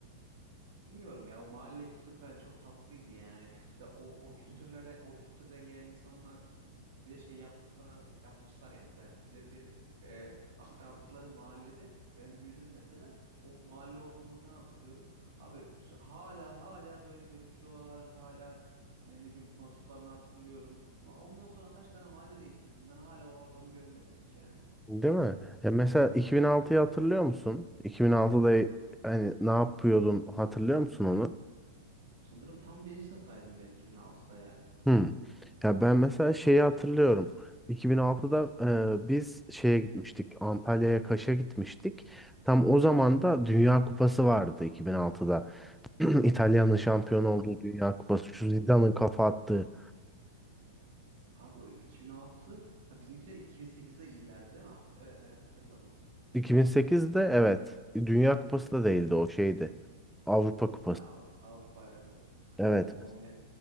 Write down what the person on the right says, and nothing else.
Bilmiyorum ya o mahalle kültürü falan çok tatlıydı yani. Mesela o, o kültürlerde o kültürden gelen insanlar bir de şey yaptıklar yapmışlar yani. Mesela bize bir e, aktardıkları mahallede ben büyüdüm mesela. O mahalle ortamını falan hatırlıyorum. Abi s- hala hala böyle görüşüyorlar hala e, ne bileyim konuştuklarını hatırlıyorum. Ama ondan sonra kaç tane mahalle değiştirdim. Ben hala o ortamı görmedim hiç yani.
Sanırım tam birinci sınıftaydım ben 2006'da ya.
Abi o 2006 ha bizimkiler 2008'de iyilerdi değil mi? Hat- evet evet hatırladım.
Ha, Av- Avrupa evet evet.
Ama o ne